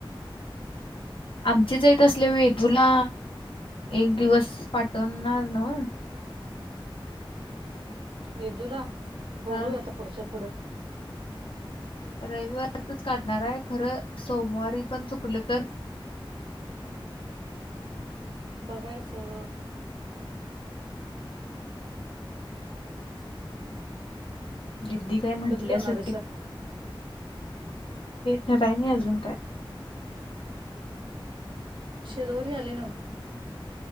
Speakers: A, on the left (about 75°); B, on the right (about 65°).
A: आमचे जाईत असले वेळी वेदूला एक दिवस पाठवणार नवं?
B: वेदुला? बघूया
A: हा
B: आता पुढच्या पुढं.
A: रविवारचच काढणार आहे खरं सोमवारी पण चुकलं तर?
B: बघायचं.
A: दीदी काय म्हटल्या
B: कधी जाणार
A: सुट्टी?
B: आहे सा
A: थराय नाई अजून काय.
B: शर्वरी आली नवं?